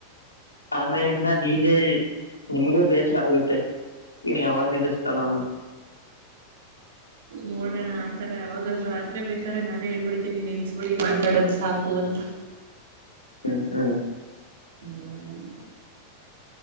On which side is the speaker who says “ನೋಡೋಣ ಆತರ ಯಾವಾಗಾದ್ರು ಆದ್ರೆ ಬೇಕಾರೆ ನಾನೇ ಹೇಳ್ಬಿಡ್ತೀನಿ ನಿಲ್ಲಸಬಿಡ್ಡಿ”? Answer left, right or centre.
Right